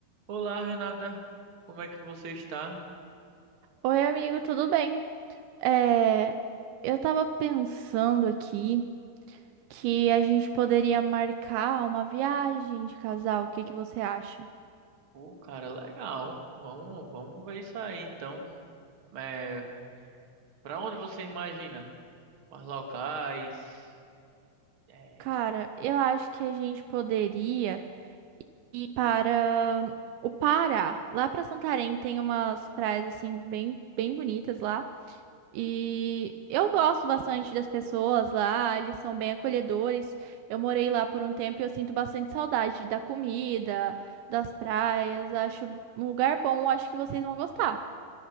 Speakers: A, on the right (about 35°); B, on the right (about 80°).
A: Olá, Renata. Como é que você está?
B: Oi, amigo, tudo bem? É, eu tava pensando aqui que a gente poderia marcar uma viagem de casal. O que que você acha?
A: Pô, cara, legal. Vamos, vamos ver isso aí, então. É, para onde você imagina? Quais locais? É,
B: Cara, eu acho que a gente poderia ir para o Pará. Lá para Santarém tem umas praias assim bem, bem bonitas lá. E eu gosto bastante das pessoas lá, eles são bem acolhedores. Eu morei lá por um tempo e eu sinto bastante saudade da comida, das praias. Acho um lugar bom, acho que vocês vão gostar.